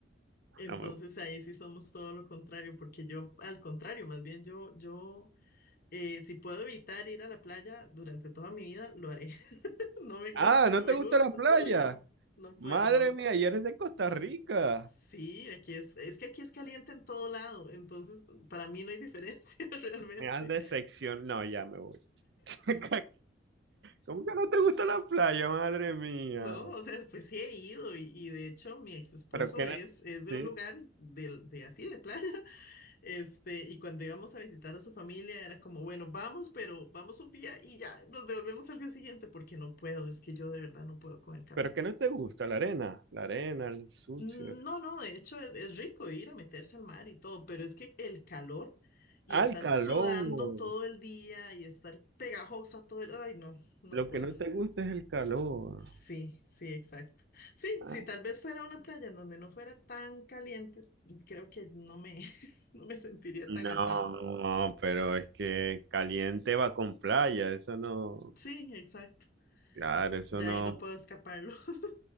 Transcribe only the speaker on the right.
no me gusta.
Ah,
¿no
te gusta
la playa?
Madre
mía, y eres de Costa Rica.
Me has decepcionado. No, ya me voy. <laughs> ¿Cómo que no te gusta la playa, madre mía?
Pero que
no,
sí,
pero que no te gusta la arena, la arena, el sucio.
Ah,
el calor.
Lo
que no te gusta es el calor.
Ah,
No,
pero es que caliente va con playa, eso no.
Claro, eso
no.